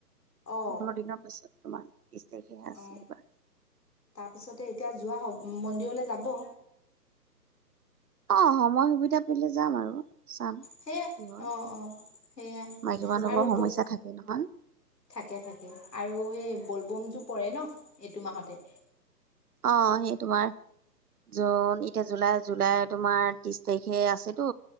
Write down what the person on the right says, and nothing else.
পোন্ধৰ দিনৰ পিছত তোমাৰ বিছ তাৰিখেহে আছে
এইবাৰ
অ সময় সুবিধা পলে যাম আৰু চাম
কি হয়
মাইকী মানুহবোৰৰ
সমস্যা থাকে নহয়
অ সেই তোমাৰ জুন এতিয়া জুলাই জুলাই তোমাৰ ত্ৰিশ তাৰিখে আছেতো